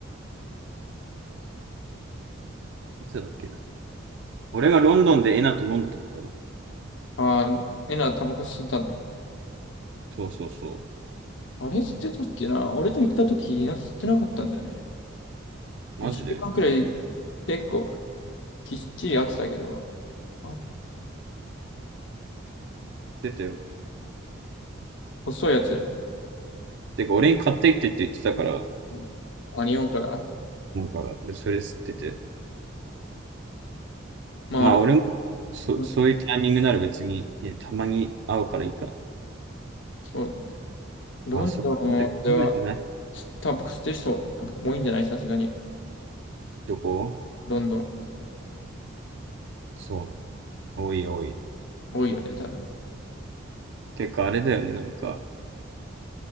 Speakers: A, on the right; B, on the left.
A: ん。いつだっけな。俺がロンドンでエナと飲んだ時かな。
B: あー、エナタバコ吸ってたんだけどね
A: そうそうそ
B: あれ吸ってたっけな俺と行った時、いや、吸ってなかったんだよね。
A: う。
B: 2週間くらい
A: マジで。
B: 結構きっちりやってたけど、あ、
A: 出てよ。
B: 細いやつ。
A: てか、俺に買ってきてって言ってたから、
B: うんあ、日本から。
A: もうから、で、それ吸ってて。
B: まあ、
A: まあ、
B: ロ
A: 俺も、そ、
B: ン、
A: そういうタイミングなら別に、ねたまに会うからいいか。
B: そうだね。ロンドンでは、
A: まあ、そこまで考えてない
B: タバコ吸ってる人多いんじゃないさすがに。
A: とこ
B: ロンドン。
A: そう。多い多い。
B: 多いよね、多分。
A: てか、あれだよね、なんか。